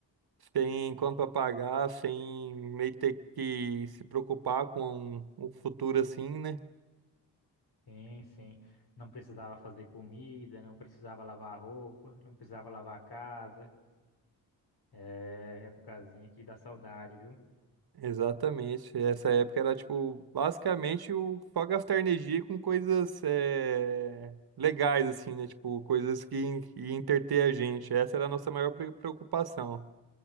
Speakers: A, on the right (about 55°); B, on the left (about 55°).
A: sem conta pra pagar, sem meio ter que se preocupar com o futuro assim, né?
B: Sim, sim. Não precisava fazer comida, não precisava lavar roupa, não precisava lavar a casa. É épocazinha que dá saudade, viu?
A: Exatamente. Essa época era, tipo, basicamente o só gastar energia com coisas eh, legais, assim, né? Tipo, coisas que, en- que entreter a gente. Essa era a nossa maior pre- preocupação.